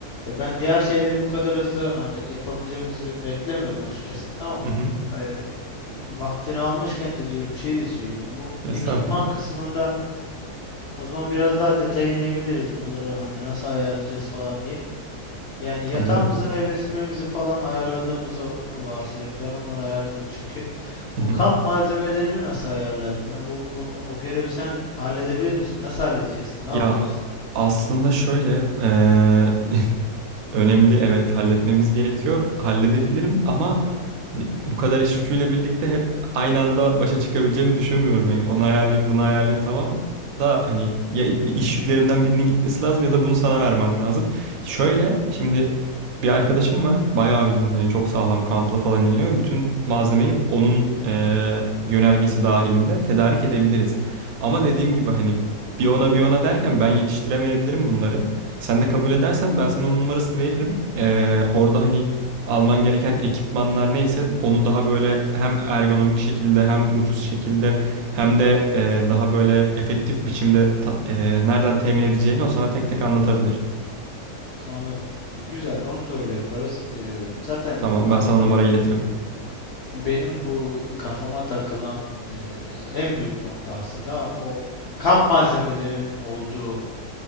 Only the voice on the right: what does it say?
Hı hı.
Estağfurullah.
Tabii.
Hı
hı.
Ya
aslında şöyle e, <laughs> önemli evet halletmemiz gerekiyor. Halledebilirim ama Hani Bu kadar iş yüküyle birlikte hep aynı anda başa çıkabileceğimi düşünmüyorum. Hani onu
ayarlayayım, bunu ayarlayayım tamam da hani ya bir iş yüklerimden birinin gitmesi lazım ya da bunu sana vermem lazım. Şöyle şimdi bir arkadaşım var. Bayağı bildiğin hani çok sağlam kampla falan ilgileniyor. Bütün malzemeyi onun eee, yönergesi dahilinde tedarik edebiliriz. Ama dediğim gibi hani bir ona bir ona derken ben yetiştiremeyebilirim bunları. Sen de kabul edersen ben sana onun numarasını veririm. Eee, orada hani alman gereken ekipmanlar neyse onu daha böyle hem ergonomik şekilde hem ucuz şekilde hem de e, daha böyle efektif biçimde ta- e, nereden temin edeceğini o sana tek tek anlatabilir.
Tamam
ben sana numara iletirim.